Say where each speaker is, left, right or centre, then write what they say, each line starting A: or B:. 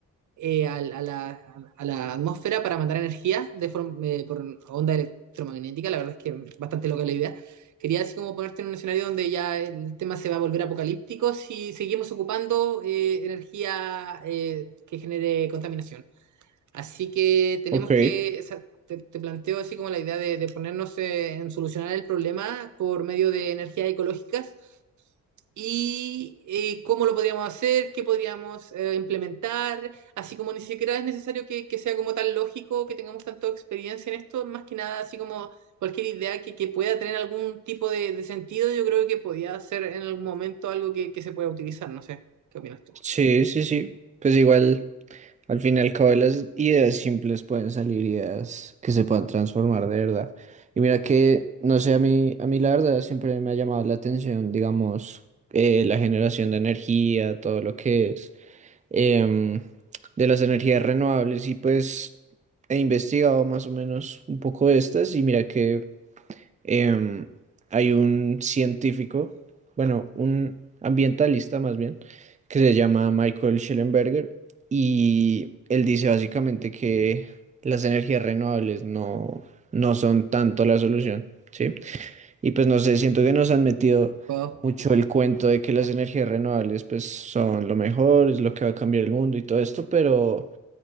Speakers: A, on the right; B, on the right.
A: eh, al- a, la, a la atmósfera para mandar energía de forma, eh, por onda electromagnética, la verdad es que bastante loca la idea. Quería así como ponerte en un escenario donde ya el tema se va a volver apocalíptico si seguimos ocupando eh, energía eh, que genere contaminación. Así que tenemos
B: ok.
A: que, o sea, te, te planteo así como la idea de, de ponernos eh, en solucionar el problema por medio de energías ecológicas y eh, cómo lo podríamos hacer, qué podríamos eh, implementar, así como ni siquiera es necesario que, que sea como tan lógico, que tengamos tanta experiencia en esto, más que nada así como cualquier idea que, que pueda tener algún tipo de, de sentido, yo creo que podría ser en algún momento algo que, que se pueda utilizar, no sé, ¿qué opinas tú?
B: Sí, sí, sí. Pues igual, al fin y al cabo, de las ideas simples pueden salir ideas que se puedan transformar de verdad. Y mira que, no sé, a mí, a mí la verdad siempre me ha llamado la atención, digamos, eh, la generación de energía, todo lo que es em, de las energías renovables. Y pues he investigado más o menos un poco de estas y mira que... em, hay un científico, bueno, un ambientalista más bien, que se llama Michael Schellenberger y él dice básicamente que las energías renovables no, no son tanto la solución, ¿sí? Y pues no sé, siento que nos han metido
A: Wow.
B: mucho el cuento de que las energías renovables pues son lo mejor, es lo que va a cambiar el mundo y todo esto, pero